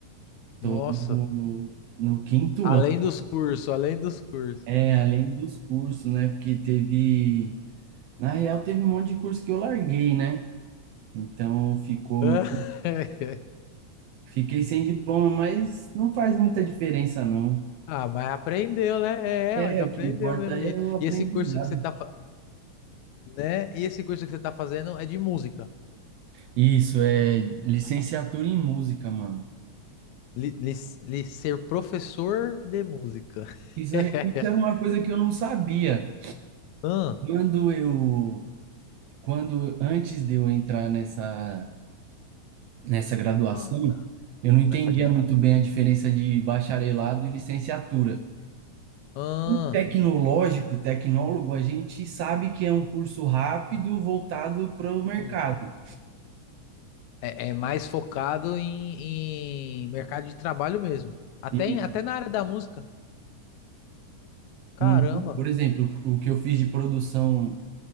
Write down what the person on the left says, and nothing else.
Nossa,
além
dos cursos, além dos cursos.
<laughs>
Ah, mas aprendeu, né? É, mas
aprendeu
do mesmo
jeito.
E esse curso que você tá, fa- né? E esse curso que você tá fazendo é de música.
Li, li- li- ser professor de música.
<laughs>
Ah,
ah, não,
essa gra-
Ah,
hum. É, é mais focado em, em mercado de trabalho mesmo. Até,
em- até na área da música. Caramba,